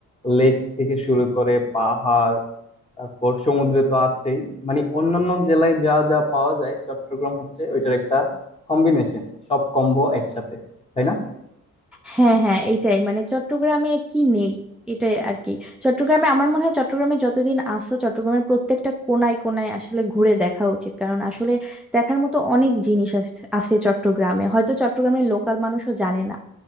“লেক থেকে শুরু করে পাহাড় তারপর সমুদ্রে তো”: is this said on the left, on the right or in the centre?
Left